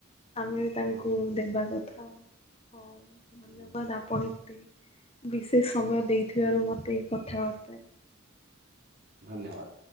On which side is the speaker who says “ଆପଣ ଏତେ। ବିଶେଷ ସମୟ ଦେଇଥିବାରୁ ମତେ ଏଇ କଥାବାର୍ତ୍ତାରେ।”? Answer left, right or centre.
Left